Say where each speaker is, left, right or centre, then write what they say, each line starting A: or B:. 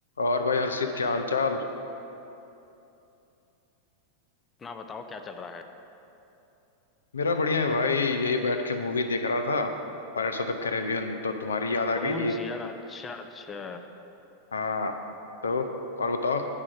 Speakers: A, on the left; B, on the left.
A: और भाई हर्षित क्या हाल चाल
B: अपना बताओ क्या चल रहा है
A: मेरा बढ़िया है भाई यही बैठ के मूवी देख रहा था पायरेट्स ऑफ द कैरेबियन तो तुम्हारी याद आ
B: कौन
A: गई कि
B: सी यार अच्छा अच्छा
A: हाँ तो और बताओ